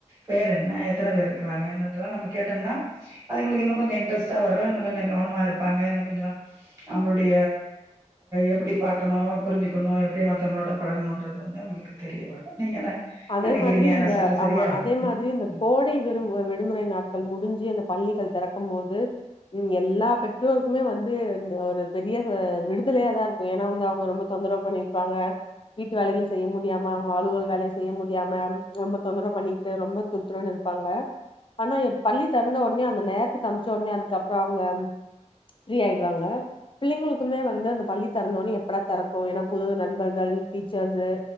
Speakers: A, on the right; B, on the left.
A: பேர் என்ன எத்தன பேர்ருக்குறாங்க என்னதெல்லா நம்ம கேட்டொன்னா அதுங்குளுக்கு இன்னு கொஞ்சு இன்ட்ரெஸ்டா வரு இன்னு கொஞ்சு கவனமா இருப் பாங்க இன்ன கொஞ்சு அவுங்களுட்ய எப்படி பாக்கணு புரிஞ்சுக்குணு எப்டி மத்தவங்களோட பழகணுன்றது வந்து அவுங்களுக்கு தெரிய வரு நீங்க என்ன
B: அதே
A: நெனைக்கிறீங்க
B: மாதுரி இந்த
A: நா சொல்றது சரியா
B: ஆமா அதே
A: ம்
B: மாதிரி இந்த
A: ம்
B: கோடை விடும் விடுமுறை நாட்கள் முடிஞ்சு அந்த பள்ளிகள் தெறக்கும் மோது ம் எல்லா பெற்றோருக்குமே வந்து இ ஒரு பெரிய ச விடுதலயா தா இருக்கும் ஏன்னா வந்து அவுங்க ரொம்ப தொந்தரவு பண்ணிருப்பாங்க வீட்டு வேலைக்ள செய்ய முடியாம அவுங்க அலுவல் வேலை செய் ய்ய முடியாம ரொம்ப தொந்தரவ் பண்ணிட்டு ரொம்ப துர்த்துருன்னு இருப்பாங்க ஆனா எப் பள்ளி தெறந்தவோனே அந்த நேர்த்துக்கு அம்ச்சோனே அதுக்கப்பொ அவுங்க ஃப்ரீ ஆயிடுவாங்க பிள்ளைங்களுக்குமே வந்து அந்த பள்ளி தெறந்தோனே எப்படா தெறக்கு ஏன்னா புது நண்பர்கள் டீச்சர்ஸு